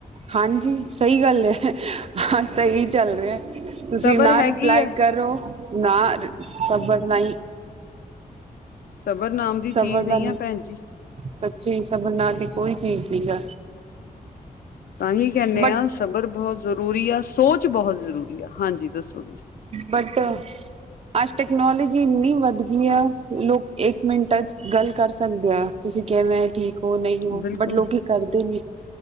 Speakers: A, on the right; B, on the left.
A: ਹਾਂਜੀ ਸਹੀ ਗੱਲ ਹੈ, ਅਜ ਤਾਂ ਇਹੀ ਚੱਲ ਰਿਹਾ। ਤੁਸੀਂ
B: ਸਬਰ
A: ਨਾ
B: ਹੈਗੀ
A: ਰਿਪਲਾਈ
B: ਆ
A: ਕਰੋ ਨਾ ਸਬਰ ਨਹੀਂ
B: ਸਬਰ ਨਾਮ ਦੀ
A: ਸਬਰ
B: ਚੀਜ਼
A: ਦਾ
B: ਨਹੀਂ ਆ ਭੈਣ ਜੀ।
A: ਸੱਚੀ ਸਬਰ ਨਾਮ ਦੀ ਕੋਈ ਚੀਜ਼ ਨੀ ਆ
B: ਤਾਂਹੀ ਕਹਿੰਦੇ
A: ਬਟ
B: ਆਾਂ ਸਬਰ ਬਹੁਤ ਜ਼ਰੂਰੀ ਆ, ਸੋਚ ਬਹੁਤ ਜ਼ਰੂਰੀ ਆ ਹਾਂਜੀ ਦੱਸੋ ਤੁਸੀਂ
A: ਬਟ ਅੱਜ ਟੈਕਨੋਲੋਜੀ ਇੰਨੀ ਵੱਧ ਗਈ ਆ, ਲੋਕ ਇੱਕ ਮਿੰਟਾਂ ਚ ਗੱਲ ਕਰ ਸਕਦੇ ਆ। ਤੁਸੀਂ ਕਿਹਾ ਮਂ ਠੀਕ ਹੋ ਨਹੀਂ ਹੋ
B: ਬਿਲਕੁਲ
A: ਬਟ ਲੋਕ ਇਹ ਕਰਦੇ ਨੀ।